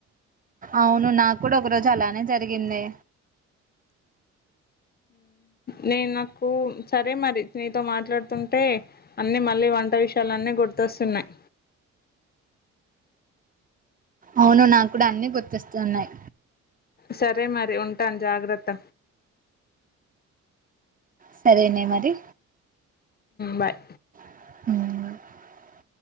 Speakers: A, on the right (about 30°); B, on the left (about 30°).
A: అవును నాకు కూడా ఒక రోజు అలా అనే జరిగింది
B: నే నాకు సరే మరి నీతో మాట్లాడుతుంటే అన్ని మళ్ళీ వంట విషయలున్ని గుర్తొస్తున్నాయి
A: అవును నాకు కూడా అన్ని గుర్తస్తు ఉన్నాయి
B: సరే మరి ఉంటాను జాగ్రత్త
A: సరేనే మరి
B: బాయ్
A: ఉం